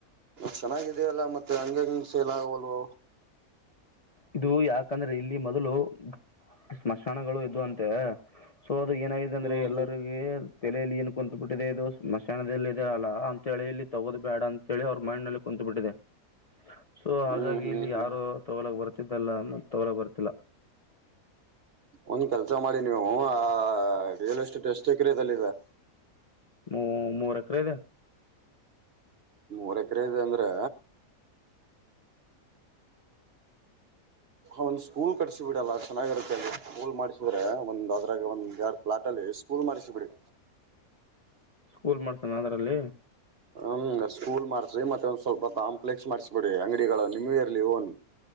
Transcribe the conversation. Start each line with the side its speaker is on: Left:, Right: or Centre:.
Right: ಚೆನ್ನಾಗಿದೇಲ್ಲಾ ಮತ್ತೆ ಹಂಗ ಹಂಗ ಸೈಲ ಆಗವಲ್ವ
Left: ಇದು ಯಾಕಂದ್ರೆ ಇಲ್ಲಿ ಮೊದಲು ಸ್ಮಶಾನಗಳು ಇದವು ಅಂತೆ ಸೊ ಅದು ಏನಾಗಿದೆ ಅಂದ್ರೆ
Right: ಹ್ಮ್
Left: ಎಲ್ಲರಿಗ ತಲೆಯಲ್ಲಿ ಏನ್ ಕುತ್ು ಬಿಿಟ್ಟಿದೆ ಇದು ಸ್ಮಶಾನದಲ್ಲಿ ಇದರ ಅಲ್ಲ ಅಂತ ಹೇಳಿ ಇಲ್ಲಿ ತಗೋ್ ಬೇಡ ಅ ಚಳಿ ಅವ್ರ ಮೈಂಡ್ ನಲ್ಲಿ ಕುೂತ್ ಬಿಿಟ್ಟಿದೆ ಸೊ
Right: ಹ್ಮ್
Left: ಹಾಗಾಗಿ
Right: ಹ್ಮ್ ಹ್ಮ್
Left: ಇಲ್ಲಿ
Right: ಹ್ಮ್
Left: ಯಾರು ತಗೊಳಕ್ ಬರ್ತಿದ್ದಲ್ಲ ಅನ್ನ ತೊಗೊ ಬರ್ತಿಲ್ಲಾ
Right: ಒಂದ್ ಕೆಲ್ಸ ಮಾಡಿ ನೀವು ಆ ರಿಯಲ್ ಎಸ್ಟೇಟ್ ಎಷ್ಟು ಎಕರೆದಲ್ಲಿಿದೆ
Left: ಮೂ ಮೂರ ಎಕರೆ ಇದೆ
Right: ನೀ್ ಒರಕರೆ ಇದೆ ಅಂದ್ರೆ ಒಂದ್ ಸ್ಕೂಲ್ ಕಟ್ಸ ಬಿಡಲ್ಲ ಚೆನ್ನಾಗಿರುತ್ತೆ ಸ್ಕೂಲ್ ಮಾಡ್ಸಿದ್ರೆ ಒಂದ್ ಅದ್ರಾಗ ಒಂದ ಯಡು ಪ್ಲಾಟಾಲಿಸ್ಟ್ ಪೂರು ಮರಿಸಿ ಬಿಿಡಿ
Left: ಸ್ಕೂಲ್ ಮಾಡ್ಸನ ಅದರಲ್ಲಿ
Right: ಹ್ಮ ಸ್ಕೂಲ್ ಮಾಡ್ಸಿ ಮತ್ತೆ ಒಂದ್ ಸ್ವಲ್ಪ ಕಾಂಪ್ಲೆಕ್ಸ್ ಮಾಡ್ಸಿಬಿಡಿ ಅಂಗಡಿಗಳ ನ್ಯೂ ಇಯರ್ಲಿ ನ್